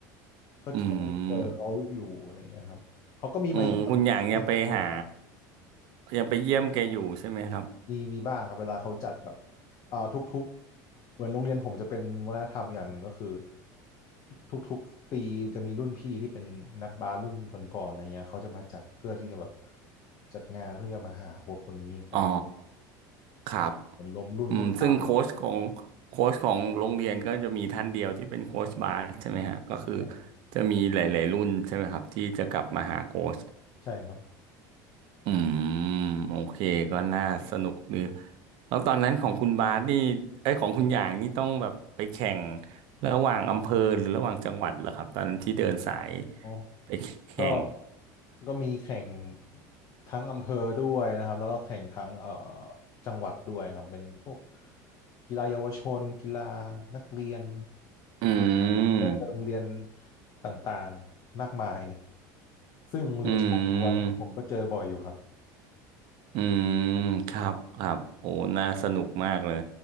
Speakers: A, on the right; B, on the left.
A: <laughs>
B: ก็ก็ยังเจอเขาอยู่อะไรเงี้ยครับเขาก็มีมาเยี่ยมเยี่ยมผมบ้าง
A: อืมอืมคุณหยางยังไปหายังไปเยี่ยมแกอยู่ใช่ไหมครับ
B: มีมีบ้างครับเวลาเขาจัดแบบเอ่อทุกๆเหมือนโรงเรียนผมจะเป็นวัฒนธรรมอย่างหนึ่งก็คือทุกๆปีจะมีรุ่นพี่ที่เป็นนักบาสรุ่นก่อนๆอะไรเงี้ยเขาจะมาจัดเพื่อที่จะแบบจัดงานเพื่อจะมาหาโค้ชคนนี้กัน
A: อ๋อครับ
B: เหมือนรวมรุ่นเล่นบาส
A: อืมซึ่งโค้ชของโค้ชของโรงเรียนก็จะมีท่านเดียวที่เป็นโค้ชบาสใช่ไหมฮะก็คือ
B: ใช่ครับ
A: จะมีหลายๆรุ่นใช่ไหมครับที่จะกลับมาหาโค้ช
B: ใช่ครับ
A: อืมโอเคก็น่าสนุกดีแล้วตอนนั้นของคุณบาสนี่ไอ้ยของคุณอย่างนี่ต้องแบบไปแข่งระหว่างอำเภอหรือระหว่างจังหวัดเหรอครับตอนที่เดินสาย
B: อ๋ออ๋อ
A: ไปแข่ง
B: ก็ก็มีแข่งทั้งอำเภอด้วยนะครับ แล้วก็แข่งทั้งเอ่อจังหวัดด้วยครับ เป็นพวกกีฬาเยาวชนกีฬานักเรียน
A: อืม
B: ก็จะโรงเรียนต่างๆ มากมาย ซึ่งโรงเรียนชายล้วนผมก็เจอบ่อยอยู่ครับ
A: อืมอืมครับครับโอ้น่าสนุกมากเลย